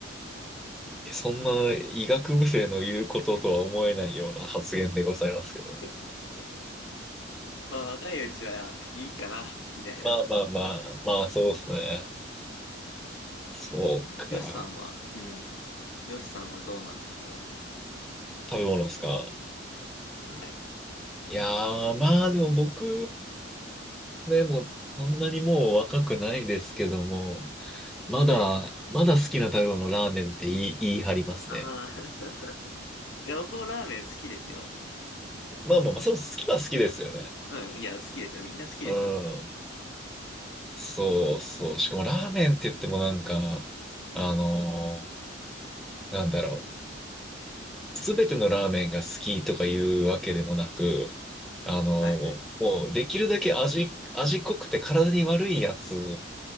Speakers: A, in the centre; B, on the left.
A: いやそんな医学部生の言うこととは思えないような発言でございますけど。
B: <laughs> まあ、若いうちはいいかな、みたいな。
A: まあまあまあ、まあそうですね。そうか。
B: よしさんは、うん、よしさんはどうなんですか
A: 食べ物ですか。
B: はい。
A: いやー、まあでも僕、でもそんなにもう若くないですけども、まだ、
B: はい。
A: まだ好きな食べ物ラーメンって言い、言い張りますね。
B: ああ、<laughs> いや、僕もラーメン好きですよ。
A: まあまあまあ、そう、好きは好きですよね。
B: うん。いや、好きですよ。みんな好きですよ。
A: うん。そうそう。しかもラーメンって言ってもなんか、あのー
B: うん。
A: なんだろう。すべてのラーメンが好きとかいうわけでもなく、あのーもうできるだけ味、
B: はいはい。
A: 味濃くて体に悪いやつ